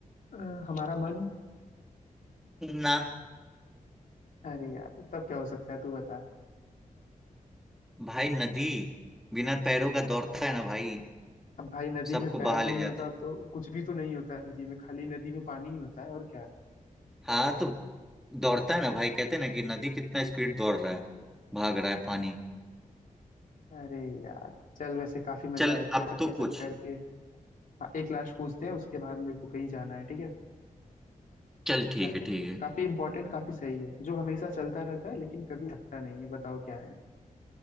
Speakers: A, on the left; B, in the centre.
A: अ, हमारा मन
B: ना
A: अरे यार तब क्या हो सकता है तू बता
B: भाई नदी बिना पैरों का दौड़ता है ना भाई
A: अब भाई नदी
B: सबको
A: में पैर
B: बहा ले
A: नहीं
B: जाता
A: होता
B: है
A: तो कुछ भी तो नहीं होता नदी में खाली नदी में पानी ही होता है और क्या
B: हाँ तो दौड़ता है ना भाई कहते हैं ना कि नदी कितना स्पीड दौड़ रहा है भाग रहा है पानी
A: अरे यार चल वैसे काफी मजा
B: चल
A: आया
B: अब
A: था सब
B: तो
A: ये सब
B: कुछ
A: करके हाँ एक लास्ट पूछते हैं उसके बाद मेरे को कहीं जाना है ठीक है
B: चल ठीक
A: चल
B: है ठीक है
A: काफी इंपॉर्टेंट काफी सही है जो हमेशा चलता रहता है लेकिन कभी थकता नहीं है बताओ क्या है